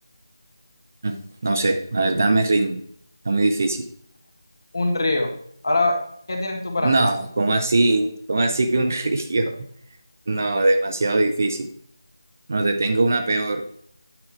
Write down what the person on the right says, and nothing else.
Mm, No sé, la verdad me rindo. Está muy difícil.
No,
¿cómo así? ¿Cómo así que un <laughs> río? No, demasiado difícil. No, te tengo una peor.